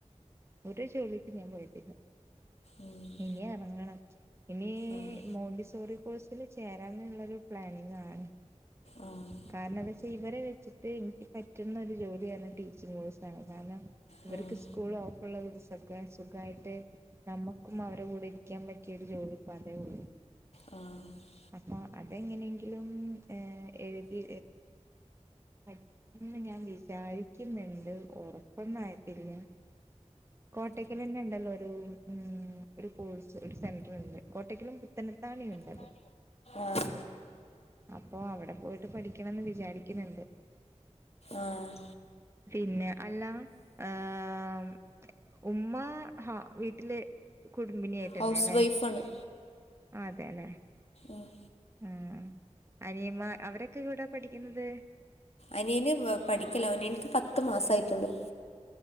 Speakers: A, on the right; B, on the left.
A: ഒരു ജോലിക്കും ഞാൻ പോയിട്ടില്ല
B: ഉം
A: ഇനിയെറങ്ങണം ഇനീ
B: ആഹ്
A: മോണ്ടി സോറി കോഴ്സിൽ ചേരാന്നുള്ളരു പ്ലാനിങ് ആണ്
B: ആഹ്
A: കാരണം ന്താച്ചാ ഇവരെ വെച്ചിട്ട് എനിക്ക് പറ്റുന്ന ഒരു ജോലിയരുന്നു ടീ ചോയിസാണ് കാരണം ഇവർക്ക്
B: കാരണം
A: സ്കൂൾ ഓഫ്ള്ള സുഖായിട്ട് നമ്മുക്കും അവരെ കൂടെ ഇരിക്കാൻ പറ്റിയരു ജോലിപ്പ അതേ ഉള്ളൂ
B: പറ്റും
A: അപ്പൊ അതെങ്ങനെങ്കിലും ഏർ എഴുതി പഠിക്കണംന്ന് ഞാൻ വിചാരിക്കുന്നുണ്ട് ഉറപ്പൊന്നായിട്ടില്ല കോട്ടക്കൽ തന്നെ ഉണ്ടല്ലോ ഒരു ഉ ഒരു കോഴ്സ് ഒരു സെന്റർ ഉണ്ട് കോട്ടക്കിലും പത്തനത്താണി ണ്ടത്
B: ആഹ്
A: അപ്പൊ അവിടെ പോയിട്ട് പഠിക്കണംന്ന് വിചാരിക്കുന്നുണ്ട്
B: ആഹ്
A: പിന്നെ അല്ല ഏഹ ഉമ്മ ഹ വീട്ടില് കുടുംബിനിയായിട്ടന്നെ
B: ഹൗസ്
A: ല്ലേ
B: വൈഫാണ്
A: ആ അതെലെ
B: ഉം
A: ഉ അനിയമ്മ അവരൊക്കെ ഇൂടാ പഠിക്കുന്നത്
B: അനിയന് പഠിക്കലാ അവന് എനിക്ക് പത്ത് മാസ ആയിട്ടുള്ളൂ